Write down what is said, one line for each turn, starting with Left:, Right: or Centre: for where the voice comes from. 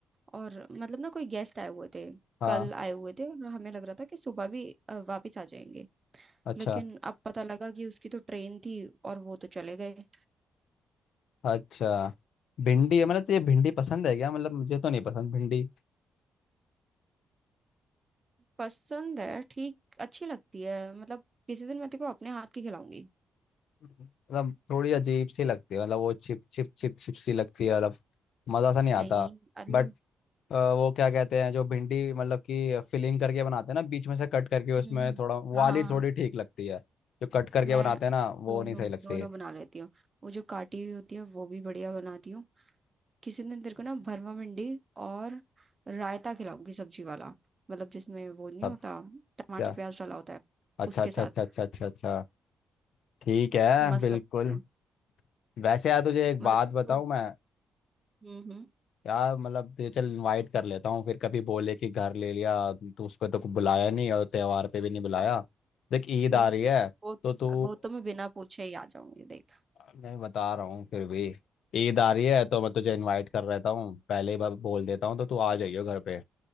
Right: और मतलब ना कोई गेस्ट आए हुए थे
Left: हाँ
Right: कल आए हुए थे और हमें लग रहा था कि सुबह भी अ, वापिस आ जाएंगे
Left: अच्छा
Right: लेकिन अब पता लगा कि उसकी तो ट्रेन थी और वो तो चले गए
Left: अच्छा भिंडी है मतलब
Right: हम्म,
Left: तुझे भिंडी पसंद है क्या मतलब मुझे तो नहीं पसंद भिंडी
Right: पसंद है ठीक अच्छी लगती है मतलब किसी दिन मैं तेको अपने हाथ की खिलाऊंगी
Left: मतलब थोड़ी अजीब सी लगती है मतलब वो छिप छिप छिप छिप सी लगती है मतलब मज़ा सा नहीं आता
Right: नहीं अरे
Left: बट अ, वो क्या कहते हैं जो भिंडी मतलब कि फिलिंग करके बनाते हैं ना बीच में से कट करके
Right: हम्म
Left: उसमें
Right: हम्म,
Left: थोड़ा
Right: हाँ
Left: वाली
Right: हाँ
Left: थोड़ी
Right: हाँ,
Left: ठीक लगती है जो कट करके
Right: मैं
Left: बनाते हैं ना वो
Right: दोनों
Left: नहीं सही लगती
Right: दोनों बना लेती हूँ वो जो काटी हुई होती है वो भी बढ़िया बनाती हूँ किसी दिन तेरे को ना भरमा भिंडी और रायता खिलाऊंगी सब्जी वाला मतलब जिसमें वो नहीं
Left: सब
Right: होता टमाटर
Left: क्या
Right: प्याज डाला होता है
Left: अच्छा
Right: उसके
Left: अच्छा
Right: साथ
Left: अच्छा अच्छा अच्छा अच्छा ठीक है
Right: मस्त
Left: बिल्कुल
Right: लगती है
Left: वैसे यार तुझे एक
Right: मतलब
Left: बात
Right: सूप
Left: बताऊं मैं
Right: हम्म हम्म
Left: यार मतलब तुझे चल इनवाइट कर लेता हूँ फिर कभी बोले कि घर ले लिया तो उस पर तो बुलाया नहीं और त्योहार पे भी नहीं बुलाया देख ईद
Right: हम्म,
Left: आ रही है
Right: वो
Left: तो तू
Right: वो तो मैं बिना पूछे ही आ जाऊंगी देख
Left: मैं बता रहा हूँ फिर भी ईद आ रही है तो मैं तुझे इनवाइट कर रहता हूँ पहले ही ब- बोल देता हूँ तो तू आ जाइयो घर पे